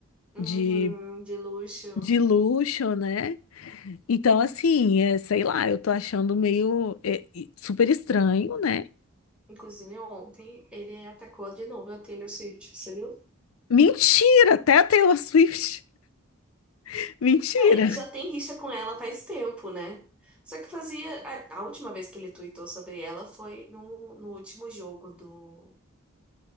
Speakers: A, in the centre; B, on the left (about 85°).
A: uhum,
B: de,
A: de luxo.
B: de luxo, né? Então, assim, é, sei lá, eu tô achando meio é, e- super estranho, né?
A: Inclusive, ontem ele atacou de novo a Taylor Swift, você viu?
B: Mentira, até a Taylor Swift. <laughs> Mentira.
A: Ah, ele já tem rixa com ela faz tempo, né? Só que fazia. A, a última vez que ele tweetou sobre ela foi no, no último jogo do,